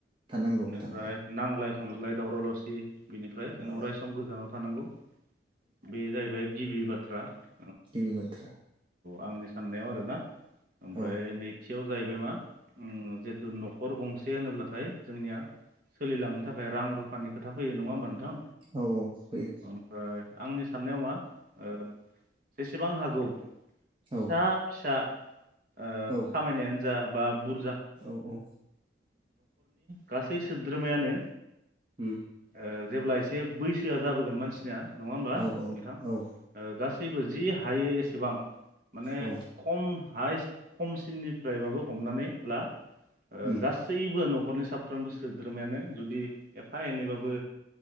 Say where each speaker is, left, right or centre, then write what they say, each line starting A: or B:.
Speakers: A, on the right (about 30°); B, on the right (about 55°).
A: थानांगौ
B: बेनिफ्राय
A: थानांगौ
B: नांलाय खमज्लाय दावराव दावसि बिनिफ्राय जों अराय
A: औ
B: सम गोजानाव थानांगौ। बे जाहैबाय गिबि बा <inaudible>
A: <unintelligible> दिनि बाथ्रा
B: आंनि साननायाव आरोना। ओमफ्राय
A: औ
B: नैथियाव जाहैबाय मा जेथु नखर गंसे होनोब्ला नाथाय जोंनिया सोलिलांनो थाखाय रां रुफानि खोथा फैयो नङा होमबा नोंथां।
A: औ औ फैयो।
B: ओमफ्राय आंनि साननायाव मा ओ जेसेबां हागौ फिसा
A: औ
B: फिसा ओ
A: औ
B: खामायनायानो जा बा बुर
A: औ औ।
B: गासै सोद्रोमायानो
A: उम
B: ओ जेब्ला एसे बैसोआ जाबोगोन मानसिनिया नङा होमबा
A: औ औ
B: नोंथां?
A: औ
B: गासैबो जि हायो एसेबां माने
A: औ
B: खम हायस खमसिमनिफ्रायबाबो हमनानै ला ओ
A: उम
B: गासैबो न खरनि साफ्रोमबो सोद्रोमायानो जुदि एफा एनैबाबो